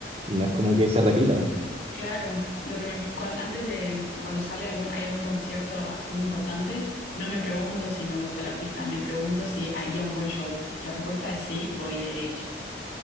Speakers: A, on the right; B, on the left.
A: no es como que se repita.
B: Claro, lo que me, cuan- antes de mm, cuando sale algún, hay algún concierto así importante, no me pregunto si me gusta el artista, me pregunto si haría un buen show. Y si la respuesta es sí, voy derecho.